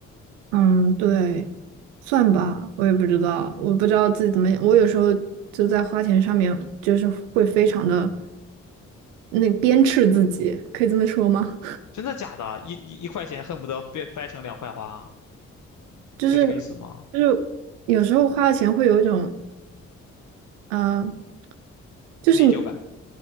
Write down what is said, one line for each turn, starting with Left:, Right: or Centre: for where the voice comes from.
Right: 嗯，对，算吧，我也不知道，我不知道自己怎么，我有时候就在花钱上面就是会非常的那鞭笞自己，可以这么说吗？
Left: 真的假的啊？一一一块钱恨不得掰掰成两块花啊，
Right: 就是
Left: 是这个意思吗？
Right: 就是有时候花了钱会有一种，嗯，就是你
Left: 内疚感、